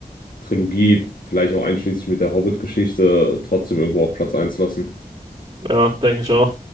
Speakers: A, on the left; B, on the right.
A: Trilogie, vielleicht auch einschließlich mit der Hobbit-Geschichte, trotzdem irgendwo auf Platz eins lassen.
B: Ja, denke ich auch.